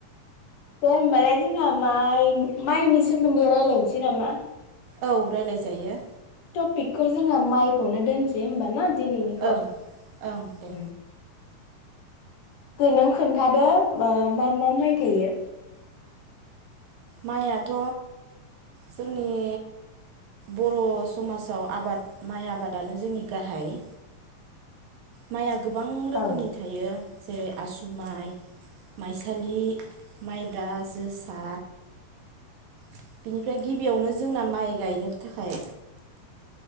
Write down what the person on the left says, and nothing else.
दे होमबालाय जोंहा माइ माइनि सोमोन्दै रायलायनोसै नामा?
टपिकखौ जोङो माइखौनो दोनसै होमबा ना? दिनैनिखौ
उम। दे नों खोन्थादो मा मा माइ थायो।
ओं